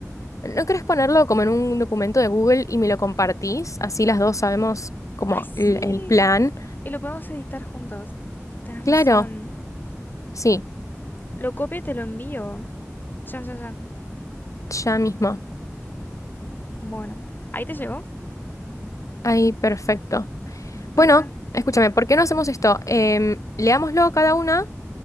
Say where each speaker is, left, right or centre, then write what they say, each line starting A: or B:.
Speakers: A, on the left; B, on the left.
A: ¿No querés ponerlo como en un documento de Google y me lo compartís? Así las dos sabemos como
B: ¡Ay, sí!
A: el, el plan.
B: Y lo podemos editar juntos. Tenés
A: Claro,
B: razón.
A: sí,
B: Lo copio y te lo envío. Ya, ya, ya.
A: ya mismo.
B: Bueno, ¿ahí te llegó?
A: Ahí, perfecto. Bueno,
B: Ahí va.
A: escúchame, ¿por qué no hacemos esto? Em, leámoslo cada una